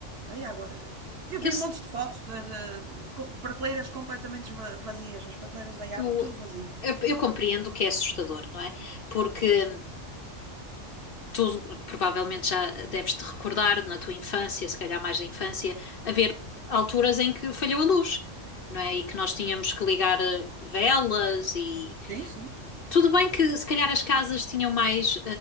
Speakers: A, on the right (about 55°); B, on the left (about 55°).
A: a água. Eu
B: Eu,
A: vi montes de fotos de, de co- prateleiras completamente va- vazias, as prateleiras da
B: eu
A: água, tudo vazio.
B: Eu, eu compreendo que é assustador, não é? Porque
A: Sim,
B: tu provavelmente já deves te recordar na tua infância, se calhar mais da infância, haver alturas em que falhou a luz, não é? E que nós
A: sim,
B: tínhamos que ligar eh, velas e
A: sim. Sim,
B: tudo bem que se calhar as casas tinham mais